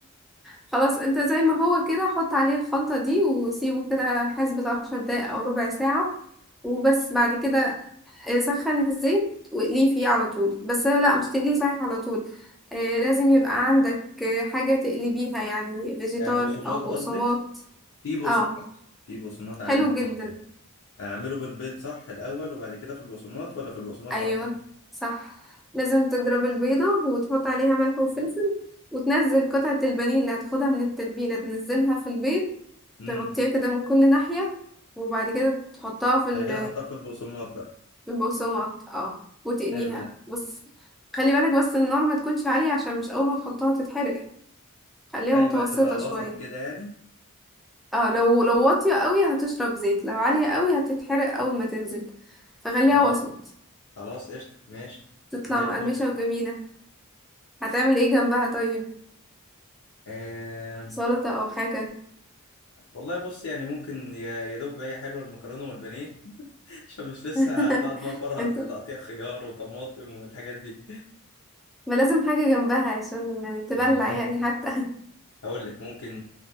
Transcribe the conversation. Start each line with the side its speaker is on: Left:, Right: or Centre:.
Centre: خلاص انت زي ما هو كده حط عليه الخلطة دي وسيبه كده حسبة عشر دقايق او ربع ساعة وبس بعد كده آه، سخن الزيت واقليه فيه على طول بس آه، لا مش تقليه صحيح على طول آه، لازم يبقى عندك آه، حاجة تقلبيها يعني فيجيتار
Left: آه، بقسماط
Centre: او بقسماط
Left: قصدك في بقسماط
Centre: اه
Left: في بقسماط عندي
Centre: حلو جدا
Left: آه، اعمله بالبيض صح الاول وبعد كده في البقسماط ولا في البقسماط
Centre: ايوه
Left: على طول
Centre: صح لازم تضرب البيضة وتحط عليها ملح وفلفل وتنزل قطعة البانيه اللي هتاخدها من التتبيلة تنزلها في البيض
Left: امم
Centre: تغطيها كده من كل ناحية وبعد كده تحطها في ال-
Left: بعد كده احطها في البقسماط بقى
Centre: في البقسماط اه وتقليها
Left: حلو ده
Centre: بس خلي بالك بس النار ما تكونش عالية عشان مش اول ما تحطها تتحرق خليها
Left: ايوه
Centre: متوسطة
Left: هتبقى
Centre: شوية
Left: وسط كده يعني
Centre: اه لو لو واطية قوي هتشرب زيت لو عالية قوي هتتحرق اول ما تنزل فخليها
Left: خلاص
Centre: وسط
Left: خلاص قشطه ماشي
Centre: تطلع
Left: زي
Centre: مقرمشة
Left: الفل
Centre: وجميلة هتعمل ايه جنبها طيب
Left: آه
Centre: سلطة او حاجة
Left: والله بص يعني ممكن يا يا دوب هي حلوه المكرونه والبانيه <laughs> عشان مش لسه
Centre: <laughs>
Left: هقعد بقى فرهد
Centre: انت
Left: في تقطيع خيار وطماطم والحاجات دي
Centre: ما لازم حاجة جنبها عشان تبلع
Left: مهم.
Centre: يعني حتى
Left: هقول لك ممكن